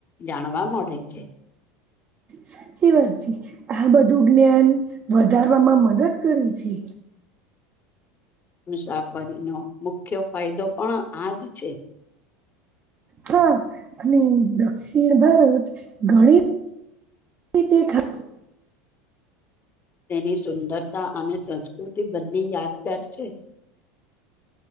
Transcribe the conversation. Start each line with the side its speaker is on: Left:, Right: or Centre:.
Left: જાણવા મળે છે. <inaudible>
Right: સાચી વાત છે આ બધું જ્ઞાન વધારવામાં મદદ કરે છે.
Left: મુસાફરીનો મુખ્ય ફાયદો પણ આ જ છે.
Right: હા અને દક્ષિણ ભારત ઘણી <unintelligible>
Left: તેની સુંદરતા અને સંસ્કૃતિ બંને યાદગાર છે. <inaudible>